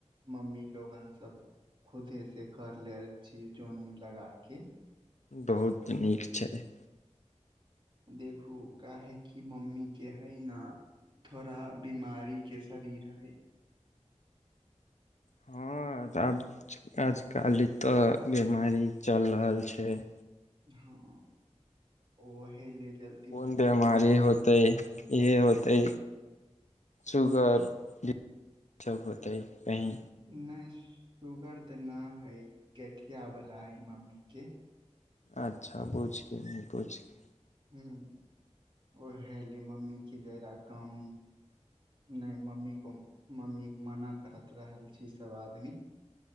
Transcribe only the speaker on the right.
मम्मी लोगन सब खुदे से कर ले छी जोन उन लगा के।
देखू काहे कि मम्मी के है न थोड़ा बीमारी के शरीर है।
हम्म वहि लेजल
नहि सुगर ते न हई गठिया वला हई मम्मी के
हुं ओहे ले मम्मी के जादा काम नहि मम्मी को मम्मी मना करत रहल छी सभ आदमी।